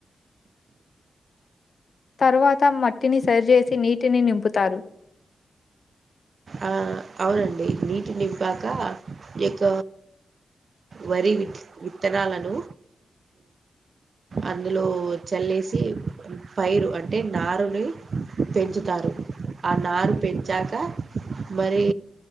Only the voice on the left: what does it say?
తరువాత మట్టిని సరిచేసి నీటిని నింపుతారు.